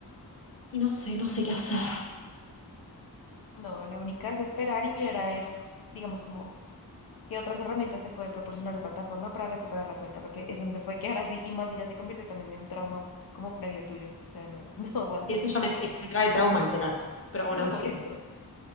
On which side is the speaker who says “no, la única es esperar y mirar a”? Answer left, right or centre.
Left